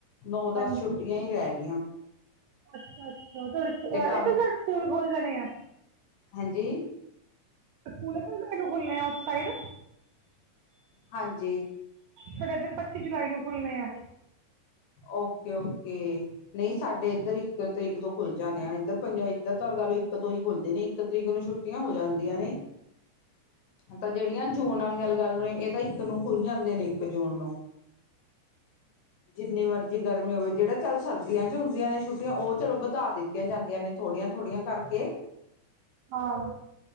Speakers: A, on the left (about 70°); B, on the right (about 80°).
A: ਨੌ ਦਸ
B: ਹਾਂਜੀ
A: ਛੁੱਟੀਆਂ ਹੀ ਰਹਿ ਗਈਆਂ
B: ਅੱਛਾ ਅੱਛਾ ਤੁਹਾਡੇ ਇਕ ਤੁਹਾਡੇ
A: ਤੇ ਕੰਮ
B: ਸਕੂਲ ਖੁੱਲ ਜਾਣੇ ਆ
A: ਹਾਂਜੀ
B: ਸਕੂਲ ਇੱਕ ਨੂੰ ਖੁਲਣੇ ਆ ਉਸ ਸਾਈਡ
A: ਹਾਂਜੀ।
B: ਸਾਡੇ ਇੱਧਰ ਪੱਚੀ ਜੁਲਾਈ ਨੂੰ ਖੁੱਲਣੇ ਆ।
A: ਓਕੇ ਓਕੇ ਨਹੀਂ ਸਾਡੇ ਇੱਧਰ ਇੱਕ। ਤਰੀਕ ਤੋਂ ਖੁੱਲ ਜਾਂਦੇ ਆ ਇੱਧਰ ਪੰਜ ਇੱਧਰ ਤਾਂ ਗੱਲ ਇੱਕ ਤੋਂ ਹੀ ਖੁੱਲਦੇ ਨੇ ਇੱਕ ਤਰੀਕ ਨੂੰ ਛੁੱਟੀਆਂ ਹੋ ਜਾਂਦੀਆਂ ਨੇ। ਹੂੰ। ਤਾਂ ਜਿਹੜੀਆਂ ਜੂਨ ਵਾਲੀਆਂ ਲਗਾ ਲੋ ਇਹ ਤਾਂ ਇੱਕ ਨੂੰ ਖੁੱਲ ਜਾਂਦੇ ਨੇ ਇੱਕ ਜੂਨ ਨੂੰ। ਜਿੰਨੀ ਮਰਜ਼ੀ ਗਰਮੀ ਹੋਵੇ ਜਿਹੜਾ ਚੱਲ ਸਰਦੀਆਂ 'ਚ ਹੁੰਦੀਆਂ ਨੇ ਛੁੱਟੀਆਂ ਉਹ ਚਲੋ ਵਧਾ ਦਿੱਤੀਆਂ ਜਾਂਦੀਆਂ ਨੇ। ਥੋੜ੍ਹੀਆਂ ਥੋੜ੍ਹੀਆਂ ਕਰਕੇ।
B: ਹਾਂ।